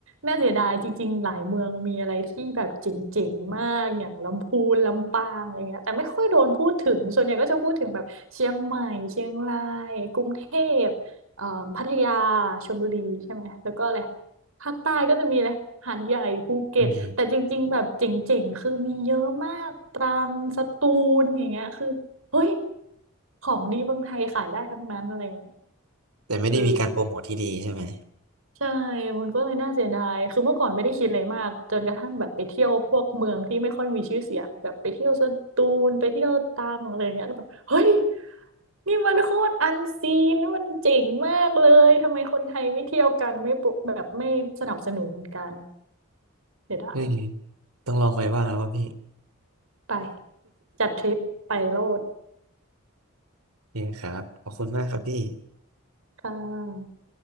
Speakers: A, on the right; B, on the right.
A: น่าเสียดายจริงๆหลายเมืองมีอะไรที่แบบเจ๋งๆมากอย่างลำพูนลำปางอะไรเงี้ยแต่ไม่ค่อยโดนพูดถึงส่วนใหญ่ก็จะพูดถึงแบบเชียงใหม่เชียงรายกรุงเทพเอ่อพัทยาชลบุรีใช่ไหมแล้วก็อะไรภาคใต้ก็จะมีอะไรหาดใหญ่ภูเก็ตแต่จริงๆแบบเจ๋งๆคือมีเยอะมากตรังสตูลอย่างเงี้ยคือเฮ้ย
B: อืม
A: ของดีเมืองไทยขายได้ทั้งนั้นอะไรเงี้ย
B: แต่ไม่ได้มีการโปรโมทที่ดีใช่ไหม
A: เออ ใช่ มันก็เลยน่าเสียดาย คือเมื่อก่อนไม่ได้คิดอะไรมาก จนกระทั่งแบบไปเที่ยวพวกเมืองที่ไม่ค่อยมีชื่อเสียงแบบไปเที่ยวสตูลไปเที่ยวตรังอะไรอย่างเงี้ยแล้วแบบเฮ้ยนี่มันโคตรอันซีนมันเจ๋งมากเลย ทำไมคนไทยไม่เที่ยวกันไม่ปลุกแบบไม่สนับสนุนกันเสียดาย
B: อืมต้องลองไปบ้างแล้วว่าพี่
A: ไปจัดทริปไปโลด
B: นี่คครับขอบคุณมากครับพี่
A: ค่ะ